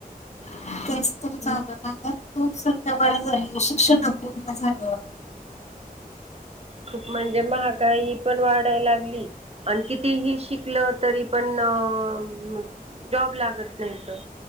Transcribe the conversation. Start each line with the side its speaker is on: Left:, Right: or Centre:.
Left: <inaudible> तेच तर झालं माहिती खूप संध्या वा झाली शिक्षणपूर्ण झालंवर <unintelligible>
Right: खूप म्हणजे महागाई पण वाढाय लागली आणि कितीही शिकल तरी पण अ,
Left: <inaudible>
Right: जॉब लागत नाही तर